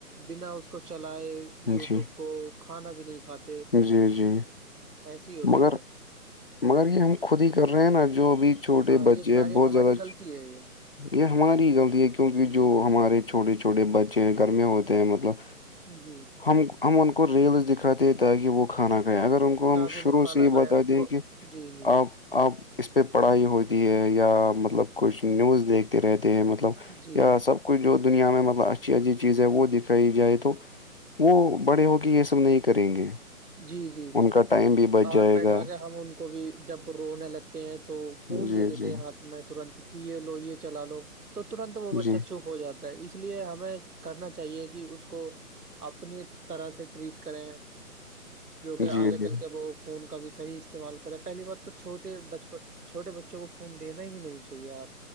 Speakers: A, on the right; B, on the left.
A: بنا اس کو چلائے یوٹیوب
B: جی
A: کو کھانا بھی نہیں کھاتے
B: جی جی
A: ایسے ہی ہوتا
B: مگر
A: ہے
B: مگر یہ ہم خود ہی کر رہے ہیں نا جو ابھی چھوٹے
A: ہاں
B: بچے
A: یہ ساری
B: ہیں بہت
A: ہماری
B: زیادہ
A: غلطی ہے یہ
B: یہ ہماری غلطی ہے کیونکہ
A: جی
B: جو
A: جی
B: ہمار ہمارے چھٹے چھوٹے بچے گھر میں ہوتے ہیں مطلب
A: جی
B: ہم ہم ان کو ریلس دکھاتے ہیں تاکہ وہ کھانا کھائےیں اگر ان کو
A: تاکہ
B: ہم
A: وہ
B: شروع
A: کھانا
B: سے یہ
A: کھائے
B: بتا د
A: وہ
B: کہ
A: جی جی
B: آپ آپ اس پہ پڑھائی ہوتی ہے یا مطلب کچھ نیوز دیکھتے رہتے ہیں مطلب
A: جی
B: یا سب کچھ جو دنیا میں مطلب اچھی اچھی چیز ہے وہ دکھائی جائے تو وہ بڑے ہو کے یہ سب نہیں کریں گے
A: جی جی
B: ان کا ٹائم بھی بچ
A: ساتھ
B: جائے
A: بیٹھا
B: گا
A: کے ہم ان کو بھی جب رونے لگتے ہیں تو فون
B: جی
A: دے دیتے
B: جی
A: ہیں ہاتھ میں ترنت کہ یہ لو یہ چلا لو تو ترنت وہ بچہ
B: جی
A: چپ ہو جاتا ہے اس لیے ہمیں کرنا چاہیے کہ اس کو اپنی طرح سے ٹریٹ کریں جو کہ
B: جی
A: آگے چل
B: جی
A: کے وہ فون کا بھی صحیح استعمال کرے پہلی بات تو چھوٹے بچپن چھوٹے بچوں کو فون دین ہی نہیں چاہیے آپ